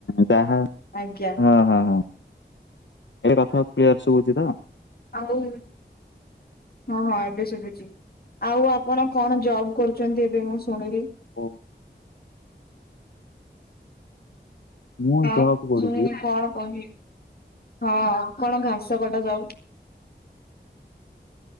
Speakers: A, on the left; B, on the left.
A: ହଁ
B: ଆଜ୍ଞା
A: ହଁ ହଁ। ଏବେ କଥା ଆଉ କ୍ଲିୟର୍ ଶୁଉଛି ତ?
B: ଆଉ। ହଁ ହଁ ଏବେ ସୁବୁଛି। ଆଉ ଆପଣ କଣ ଜବ୍ କରୁଛନ୍ତି ଏବେ ମୁଁ ଶୁଣିଲି।
A: ଓ ମୁଁ
B: ହଁ
A: ଜବ୍ କରୁଛି
B: ମୁଁ କଣ କହିବି। ହଁ କଣ ଘାସ କଟା ଯାଉ